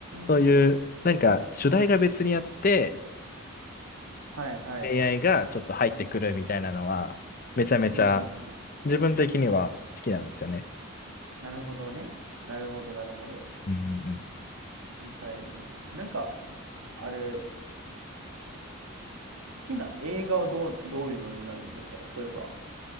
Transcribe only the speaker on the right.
ん。
はいはい。
うんうんうん。
なるほどね。なるほどなるほど。
理解できた。なんか、あれ、好きな映画はどう、どういうのになるんですか例えば、